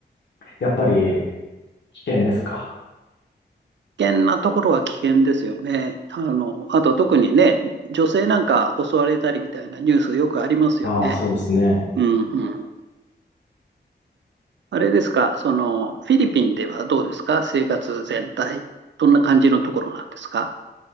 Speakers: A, on the left; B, on the right.
A: やっぱり、危険ですか
B: 危険なところは危険ですよね。あの、あと特にね、女性なんか襲われたりみたいなニュースよくありますよね。
A: ああー、そうですね。
B: うんうん。あれですか、その、フィリピンではどうですか生活全体。どんな感じのところなんですか